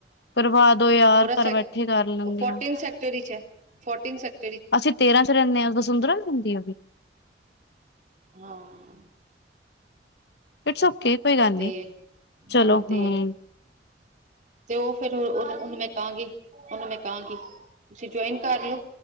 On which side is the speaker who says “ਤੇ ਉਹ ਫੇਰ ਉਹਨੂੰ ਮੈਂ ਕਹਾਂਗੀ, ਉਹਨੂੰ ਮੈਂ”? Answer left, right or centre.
Right